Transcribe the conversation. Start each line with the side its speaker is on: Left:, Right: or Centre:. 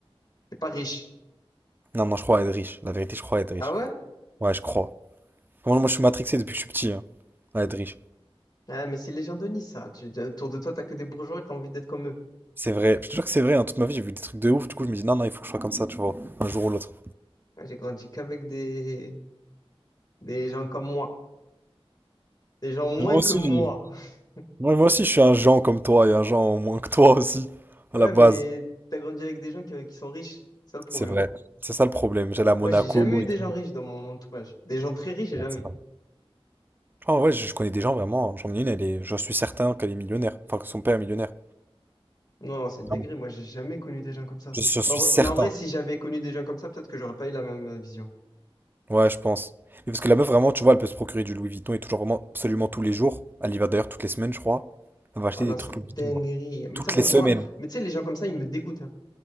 Left: t'es pas riche.
Right: Non, non, je crois à être riche. La vérité, je crois à être riche.
Left: Ah ouais?
Right: Ouais, je crois. Moi, moi, je suis matrixé depuis que je suis petit, hein, à être riche.
Left: Ah, mais c'est les gens de Nice, ça. Tu, tu- autour de toi, t'as que des bourgeois et t'as envie d'être comme eux.
Right: C'est vrai, je te jure que c'est vrai, hein, toute ma vie j'ai vu des trucs de ouf, du coup je me dis non, non, il faut que je sois comme ça, tu vois, un jour ou l'autre.
Left: Ah, J'ai grandi qu'avec des, des gens comme moi. Des gens moins
Right: Moi aussi.
Left: que moi. <laughs>
Right: Moi, moi aussi je suis un Jean comme toi et un Jean au moins que toi aussi, à
Left: Ouais,
Right: la base.
Left: mais t'as grandi avec des gens qui, qui sont riches. C'est ça le problème.
Right: C'est vrai, c'est ça le problème, j'allais à Monaco
Left: Moi, j'ai jamais eu
Right: et
Left: des
Right: tout.
Left: gens riches dans mon entourage. Des gens très riches, j'ai
Right: Donc,
Left: jamais.
Right: c'est vrai. Ah ouais, je, je connais des gens vraiment, j'en ai une, elle est, je suis certain qu'elle est millionnaire, enfin que son père est millionnaire.
Left: Non, c'est une dinguerie.
Right: Vraiment.
Left: Moi, j'ai jamais connu des gens comme ça.
Right: Je, je suis
Left: Mais en vrai,
Right: certain,
Left: mais en vrai, si j'avais connu des gens comme ça, peut-être que j'aurais pas eu la même euh, vision.
Right: ouais, je pense. Mais parce que la meuf vraiment, tu vois, elle peut se procurer du Louis Vuitton et tout, genre vraiment absolument tous les jours. Elle y va d'ailleurs toutes les semaines, je crois. Elle va acheter
Left: Ah non,
Right: des
Left: c'est
Right: trucs
Left: une
Right: Louis Vuitton,
Left: dinguerie.
Right: genre,
Left: Mais
Right: toutes
Left: tu sais, moi,
Right: les semaines.
Left: moi- mais tu sais, les gens comme ça, ils me dégoûtent. hein.